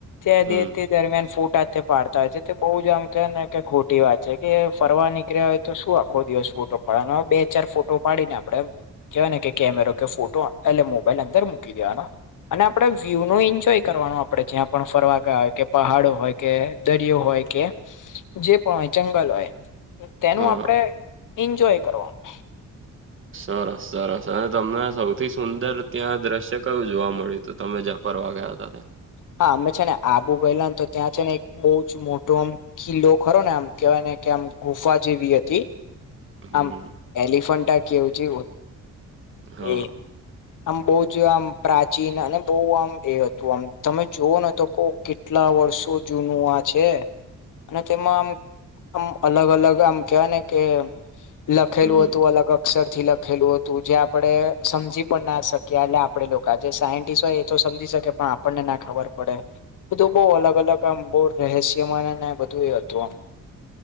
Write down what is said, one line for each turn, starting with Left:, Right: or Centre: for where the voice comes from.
Left: તે
Right: હમ
Left: દરમિયાન ફોટા પાડતા હોય છે તે બઉુ જ આમ કે ને કે ખોટી વાત છે કે ફરવા નીકળ્યા હોય તો શું આપ આખો દિવસ ફોટો પાડે અને બે ચાર ફોટો પાડીને આપડણે કેહેવા ને કે કેમેરો કે ફોટો એટલે મોબાઈલ અંદર મૂકી દેવાનો અને આપણેે વ્યુ નો એન્જોય કરવાનું આપડે જ્યાં પણ ફરવા ગ હોય કે પહાડો હોય કે દરિયો હોય કે જે પણ હોય જંગલ હોય તેનું
Right: હા
Left: આપડે એન્જોય કરવાનું
Right: સરસ સરસ અને તમને સૌથી સુંદર ત્યાં દ્રશ્ય કયું જોવા મળ્યું તો તમે જફરવા ગયા હતાને
Left: હા અમે છે ને આબુ ગયેલા ને તો ત્યાં છે ને એક બહુ જ મોટું આમ કિલ્લો ખરો ને આમ કેહેવાય ને કે આમ ગુફા જેવી હતી.
Right: હમ
Left: આમ એલફા કે છે
Right: હા
Left: એ આમ બહુ જ આમ પ્રાચીન અને બહુ આમ એ હતું આમ તમે જોુવઓ ન તો કો કેટલા વર્ષો જૂનું આ છે અને તેમાં આમ આમ અલગ અલગ આમ કહેવાય ને કે લખેલું
Right: હમ
Left: હતું અલગ અક્ષર થી લખેલું હતું જ્યાં આપણે સમજી પણ ના શકીએ એટલે આપડે લોકો આ જે સાયન્ટિસ્ટ હોય એ તો સમજી શકે પણ આપણને ના ખબર પડે બધું બહુ અલગ અલગ આમ બહુ રહસ્યમ બધું એ હતું આમ